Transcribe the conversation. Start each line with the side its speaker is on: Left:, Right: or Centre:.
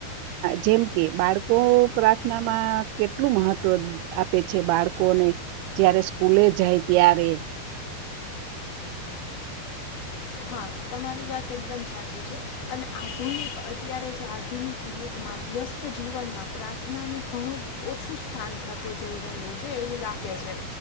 Right: જેમ કે બાળકો સ્માં કેટલું મહત્વ આપે છે બાળકોને જ્યારે સ્કૂલે જાય ત્યારે
Left: હા તમારી વાત એકદમ સાચી છે અને આધુનિક અત્યારે જે <unintelligible> જીવનમાં પ્રાર્થનાનું ઘણું ઓછું સ્થાન થતું જઈ રહ્યું છે એવું લાગે છે